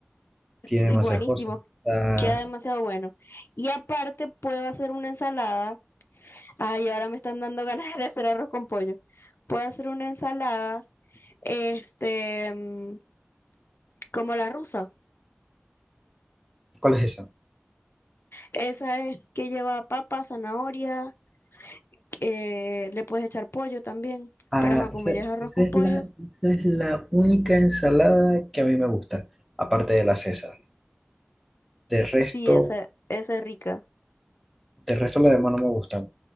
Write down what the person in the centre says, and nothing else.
Tiene
demasiadas
cosas. Ah,
¿cuál es esa?
Ah,
esa,
esa
es
la, esa es la única ensalada que a mí me gusta, aparte de la César. De resto,
de resto las demás no me gustan,